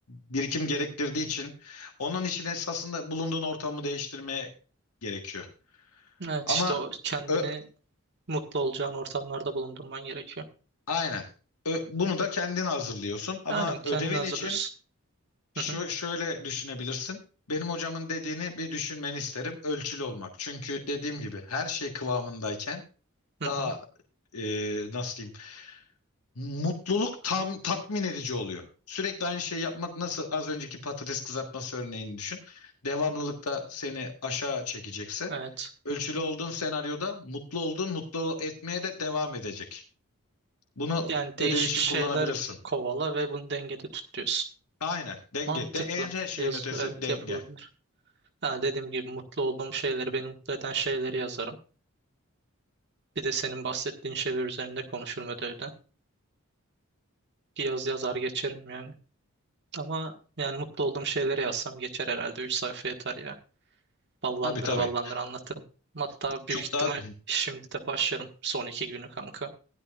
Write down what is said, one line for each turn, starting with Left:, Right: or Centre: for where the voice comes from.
Left: birikim gerektirdiği için onun için esasında bulunduğun ortamı değiştirmeye gerekiyor.
Right: Evet
Left: Ama
Right: işte o kendini
Left: ö-
Right: mutlu olacağın ortamlarda bulundurman gerekiyor.
Left: aynen. Ö- bunu da kendin hazırlıyorsun ama
Right: Aynen kendini
Left: ödevin
Right: hazırlıyorsun.
Left: için Şu
Right: Hı hı,
Left: şöyle düşünebilirsin. Benim hocamın dediğini bir düşünmeni isterim. Ölçülü olmak. Çünkü dediğim gibi her şey kıvamındayken
Right: hı
Left: daha
Right: hı.
Left: e, nasıl diyeyim? Mutluluk tam tatmin edici oluyor. Sürekli aynı şeyi yapmak nasıl az önceki patates kızartması örneğini düşün. Devamlılıkta seni aşağı çekecekse
Right: Evet.
Left: ölçülü olduğun senaryoda mutlu olduğun mutlu etmeye de devam edecek. Bunu
Right: Yani
Left: ödev
Right: değişik
Left: için
Right: şeyler
Left: kullanabilirsin.
Right: kovala ve bunu dengede tut diyorsun.
Left: Aynen denge.
Right: Mantıklı.
Left: De, en her şeyin
Right: Yaz,
Left: ötesi
Right: evet
Left: denge.
Right: yapılabilir. Ha, dediğim gibi mutlu olduğum şeyleri, beni mutlu eden şeyleri yazarım. Bir de senin bahsettiğin şeyler üzerinde konuşurum ödevde. Bir yaz yazar geçerim yani. Ama yani mutlu olduğum şeyleri yazsam geçer herhalde. üç sayfa yeter ya. Ballandıra
Left: Tabii tabii.
Right: ballandıra anlatırım. Hatta büyük
Left: Çok
Right: ihtimal
Left: daha
Right: şimdi de başlarım son iki günü kanka.